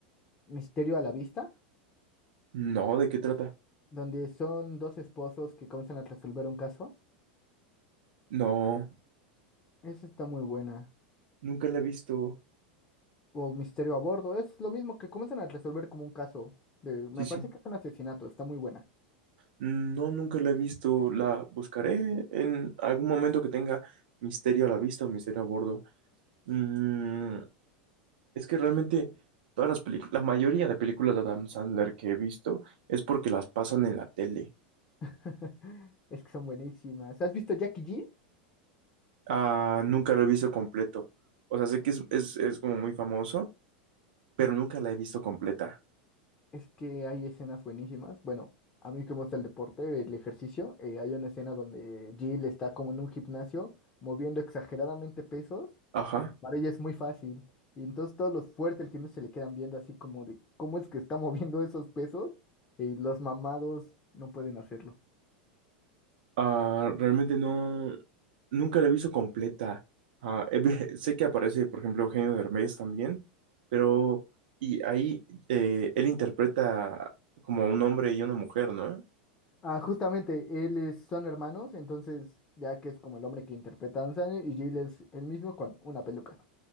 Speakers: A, on the left; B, on the right.
A: Misterio a la Vista?
B: No, ¿de qué trata?
A: Donde son dos esposos que comienzan a resolver un caso.
B: No,
A: Esa está muy buena.
B: nunca la he visto.
A: o Misterio a bordo. Es lo mismo que comienzan a resolver como un caso. De, me
B: Sí, sí.
A: parece que es un asesinato, está muy buena.
B: No, nunca la he visto. La buscaré en algún momento que tenga misterio a la vista o misterio a bordo. Mm, es que realmente todas las películas, la mayoría de películas de Adam Sandler que he visto es porque las pasan en la tele.
A: <laughs> Es que son buenísimas. ¿Has visto Jackie G?
B: Ah, nunca lo he visto completo. O sea, sé que
A: Es,
B: es, es, es como muy famoso, pero nunca la he visto completa.
A: es que hay escenas buenísimas. Bueno, a mí que me gusta el deporte, el ejercicio, eh, hay una escena donde Jill está como en un gimnasio moviendo exageradamente pesos.
B: Ajá.
A: y Para ella es muy fácil. Y entonces todos los fuertes del gimnasio se le quedan viendo así como de cómo es que está <laughs> moviendo esos pesos y los mamados no pueden hacerlo.
B: Ah, realmente no, nunca la he visto completa. Ah, he ve- <laughs> sé que aparece, por ejemplo, Eugenio Derbez también, pero y ahí eh, él interpreta como a un hombre y una mujer, ¿no?
A: Ah, justamente, él es- son hermanos, entonces ya que es como el hombre que interpreta a Adam Sandler y Jill es el mismo con una peluca.